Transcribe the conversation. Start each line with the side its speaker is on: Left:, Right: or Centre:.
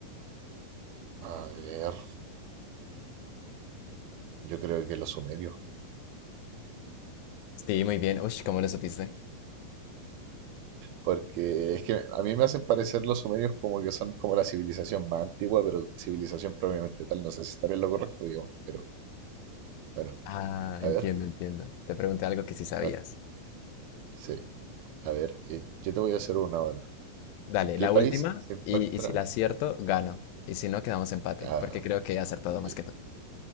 Right: a ver. Yo creo que los sumerios.
Left: Sí, muy bien. Uy, ¿cómo lo supiste?
Right: Porque es que a mí me hacen parecer los sumerios como que son como la civilización más antigua, pero civilización propiamente tal. No sé si estaré en lo correcto, digo, Pero bueno,
Left: Ah,
Right: a
Left: entiendo,
Right: ver,
Left: entiendo. Te pregunté algo que sí sabías.
Right: a ver, sí, a ver, eh, yo te voy a hacer una ahora.
Left: Dale,
Right: ¿En qué
Left: la
Right: país
Left: última
Right: se encuentra?
Left: y, y si la acierto, gano. Y si no, quedamos empate,
Right: Ah,
Left: porque creo que he acertado
Right: ye-
Left: más que tú.